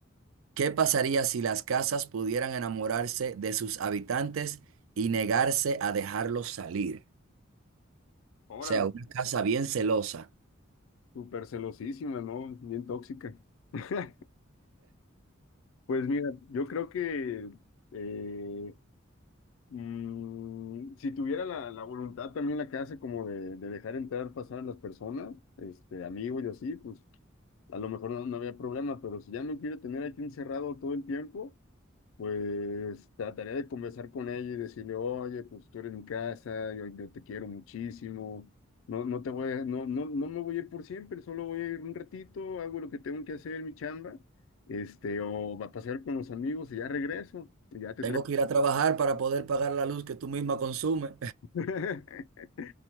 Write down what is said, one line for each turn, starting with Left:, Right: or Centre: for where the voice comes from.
Right: ¿Qué pasaría si las casas pudieran enamorarse de sus habitantes y negarse a dejarlos salir?
Left: Órale.
Right: O sea, una casa bien celosa.
Left: Súper celosísima, ¿no? Bien tóxica. <laughs> Pues mira, yo creo que eh, Mm, si tuviera la, la voluntad también la que hace como de, de dejar entrar, pasar a las personas, este, amigos y así, pues a lo mejor no, no había problema, pero si ya me quiere tener aquí encerrado todo el tiempo, pues trataría de conversar con ella y decirle, oye, pues tú eres mi casa, yo, yo te quiero muchísimo, no, no te voy a- no, no, no me voy a ir por siempre, solo voy a ir un ratito, hago lo que tengo que hacer, mi chamba, este, o va a pasear con los amigos y ya regreso, y ya te
Right: Tengo
Left: traigo.
Right: que ir a trabajar para poder pagar la luz que tú misma consumes.
Left: <laughs>